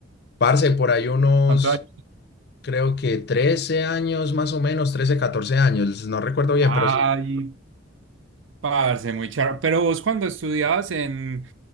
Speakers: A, on the left; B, on the right.
A: Parce, por ahí unos,
B: ¿Cuántos años?
A: creo que 13 años más o menos, 13 14 años, no recuerdo bien,
B: Ay,
A: pero sí
B: Parce, muy charro. Pero vos cuando estudiabas en,